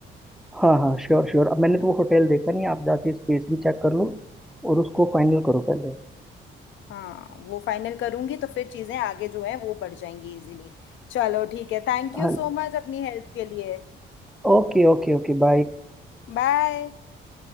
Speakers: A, in the centre; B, on the left.
A: हाँ हाँ श्योर श्योर अब मैंने तो वो होटल देखा नहीं आप जाके स्पेस भी चेक कर लो और उसको फाइनल करो पहले
B: हाँ वो फाइनल करूंगी तो फिर चीजें आगे जो है वो बढ़ जाएंगी इजीली चलो ठीक है थैंक यू
A: हाँ
B: सो मच अपनी हेल्प के लिए
A: okay okay okay bye
B: बाय